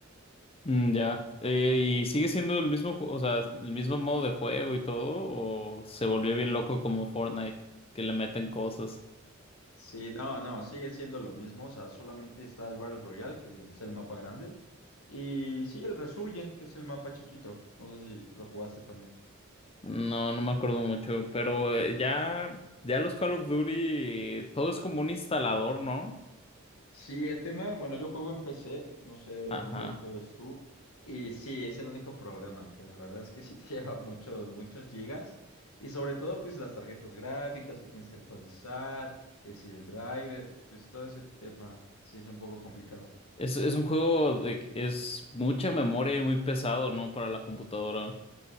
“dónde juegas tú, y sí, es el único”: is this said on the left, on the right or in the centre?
Left